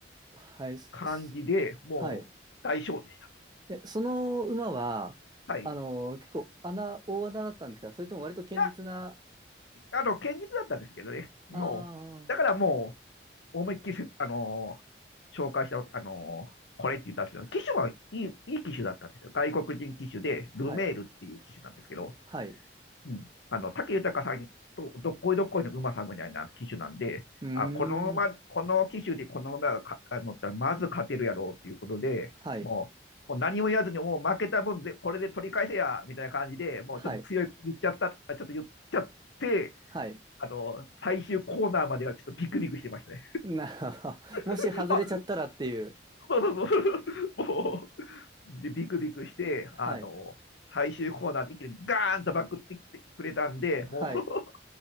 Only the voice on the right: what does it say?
ー。はい。すす
はい。
え、その馬は、
あのー結構穴、大穴だったんですかそれとも割と堅実な、
あ
あ、
はい、はい。う
ーん、
はい、
はい、
はい。
<laughs> なるほど。<laughs> もし外れちゃったらっていう。
はい、
はい。